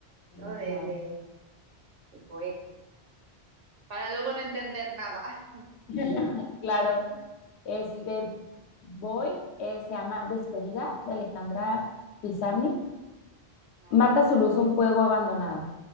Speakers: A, on the left; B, on the right.
A: Sí,
B: ¿no? De,
A: claro.
B: de, de poeta, para luego no entender nada. <laughs>
A: <laughs> Claro. Este,
B: Sí.
A: voy, eh, se llama Despedida de Alejandra Pizarnik.
B: Vale,
A: Mata su luz un fuego abandonado.